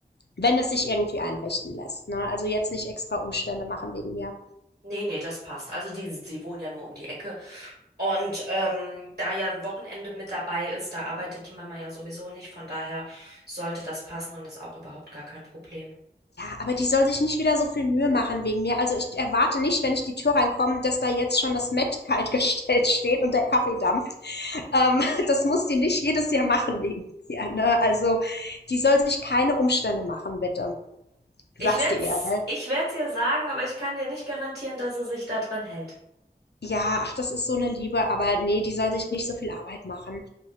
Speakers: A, on the left (about 75°); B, on the right (about 65°).
A: wenn es sich irgendwie einrichten lässt. Ne? Also jetzt nicht extra Umstände machen wegen mir.
B: Nee, nee, das passt. Also die, sie wohnen ja nur um die Ecke. Und ähm, da ja ein Wochenende mit dabei ist, da arbeitet die Mama ja sowieso nicht. Von daher sollte das passen und ist auch überhaupt gar kein Problem.
A: Ja, aber die soll sich nicht wieder so viel Mühe machen wegen mir. Also ich erwarte nicht, wenn ich die Tür reinkomme, dass da jetzt schon das Met <laughs> kaltgestellt steht und der Kaffeedampf. Ähm, das muss die nicht jedes Jahr machen wegen mir. Ne? Also die soll sich keine Umstände machen, bitte.
B: Ich
A: Sagst
B: werd's,
A: du ihr, gell?
B: ich werd's ihr sagen, aber ich kann dir nicht garantieren, dass sie sich daran hält.
A: Ja, ach, das ist so eine Liebe, aber nee, die soll sich nicht so viel Arbeit machen.